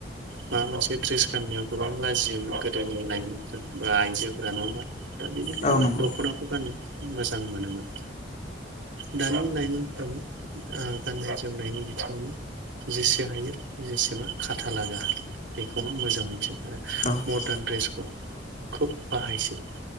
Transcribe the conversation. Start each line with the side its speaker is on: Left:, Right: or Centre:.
Right: माबा मोनसे द्रेस गाननायाव गोबां लाजियोमोन गोदोनि लाइमोनफोर बा आइजोफोरा नङा होमबा दा बेनिखायनो
Left: औ
Right: मा
Left: नंगौ
Right: दखनाखौ गानो मोजां मोनोमोन दा-दानि लाइमोनफोरनो आ गाननाय जोमनायनि बिथिङाव मा जेसे हायो जेसेमा खाथालागा बेखौ मा मोजां मोनसै आरो
Left: औ
Right: मदारन ड्रेसखौ खोब बाहायसै